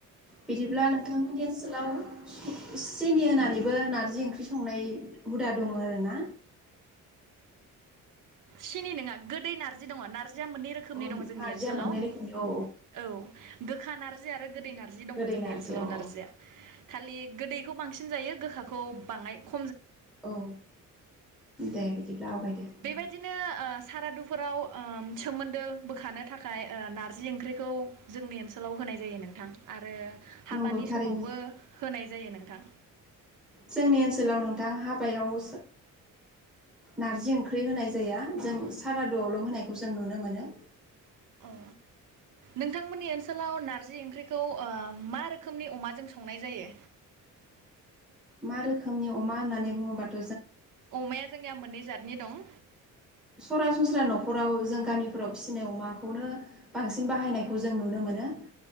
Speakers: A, in the centre; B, on the right.
A: बिदिब्ला नोंथांमोननि ओनसोलाव सेनि होना नैबो नारजि ओंख्रि संनाय हुदा दङो आरोना
B: सिनि नोङा गोदै नार जि दङ नारजिया मोननै रोखोमनि
A: अ
B: दं जोंनि
A: नारजिया
B: ओनसोलाव।
A: मोननै रोखोमनि औ
B: औ गोखा नारजि <unintelligible> दै नारजि दङ
A: गोदै
B: जोंनि
A: नारजि
B: ओनसोलाव
A: अ
B: नारजिया खालि गोदैखौ बांसिन जायो गोखाखौ बाङाय ख
A: औ दे बिदिब्ला आवगायदो
B: बेबादिनो सारादुफोराव ओ सोमोन्दो बोखांनो थाखाय ओ नारजि ओंख्रिखौ जोंनि ओनसोलाव होनाय जायो नोंथां आरो हाबानि
A: नंगौ थारैनो
B: समावबो होनाय जायो नोंथां
A: जोंनि ओनसोलाव नोंथां हाबायाव ओ नारजि ओंख्रि होनाय जाया जों सारादुआवल' होनायखौ जों नुनो मोनो।
B: औ नोंथांमोननि ओनसोलाव नारजि ओंख्रिखौ ओ मा रोखोमनि अमाजों संनाय जायो?
A: मा रोखोमनि अमा होननानैे बुङो बाथ'
B: अमाया जोंनिया मोननै जातनि दं
A: सरासनस्रा न'खराव जों गामिफोराव फिसिनाय अमाखौनो बांसिन बाहायनायखौ जों नुनो मोनो।